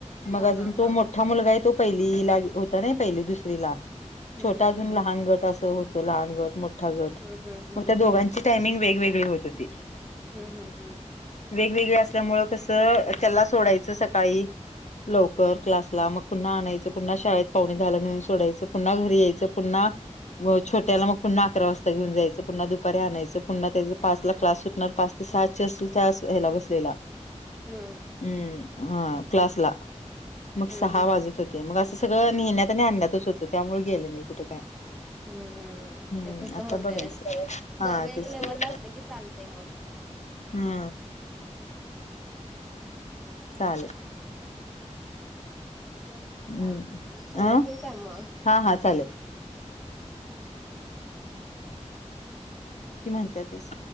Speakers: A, in the centre; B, on the left.
A: हा
B: मग अजून
A: हा
B: तो
A: हा
B: मोठा मुलगा आहे तो पहिलीला होता ना पहिली दुसरीला
A: हम्म
B: छोटा अजून लहान गट असं होत लहान गट मोठा गट
A: हम्म हम्म
B: मग त्या दोघांची टायमिंग वेगवेगळी होत होती
A: हम्म हम् हम्
B: वेगवेगळे असल्यामुं कसं त्याला सोडायचं सकाळी लवकर क्लासला मग पुन्हा आणायचं पुन्हा शाळेत पाहुणे झाला नेऊन सोडायचं पुन्हा घरी यायचं पुन्हा छोट्याला मग पुन्हा अकरा वाजता घेऊन जायचं पुन्हा दुपारी आणायचं पुन्हा त्याच पाच ला क्लास सुटणार पाच ते सात अस ह्याला बसलेला
A: हम्म
B: हम् हा क्लासला मग
A: हम्म
B: सहा
A: हम्म
B: वाजत होते ते मग असं सगळं नेहण्यात आणि आणण्यातच होतं त्यामुळे गेलं नाही कुठं काय
A: हम्म हम्म
B: हम्म
A: ते तसं
B: आता
A: होतय
B: बघायच हा
A: दोघे एक
B: तेच
A: लेवलला
B: काय
A: असले की चालतय मग
B: हा चालेल
A: वेळ झाला
B: हम्म
A: चला
B: अं
A: ठेवू काय मग.
B: हा हा चालेल कि म्हणतातस